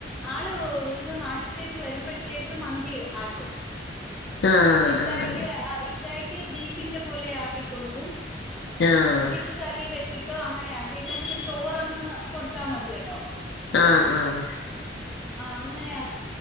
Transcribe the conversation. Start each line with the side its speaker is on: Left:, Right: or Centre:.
Centre: ആള് ഇങ്ങ് നാട്ടിലത്തേക്ക് വരുമ്പോഴത്തേക്ക് മന്തി ആക്കും.
Left: ആഹ്
Centre: ഇക്കായ്ക്ക്
Left: ആഹ്
Centre: അഹ് ഇക്കായ്ക്ക് ബീഫിന്റെ പോലെ ആക്കി കൊടുക്കും
Left: ആഹ്
Centre: ബീഫ് കറി വെച്ചിട്ടോ അങ്ങനെയാക്കി എന്നാ പിന്നെ ചോറങ്ങ് കൊടുത്താ മതിയല്ലോ
Left: ആഹ് ആഹ്
Centre: ആ ഹ് അങ്ങനെയാ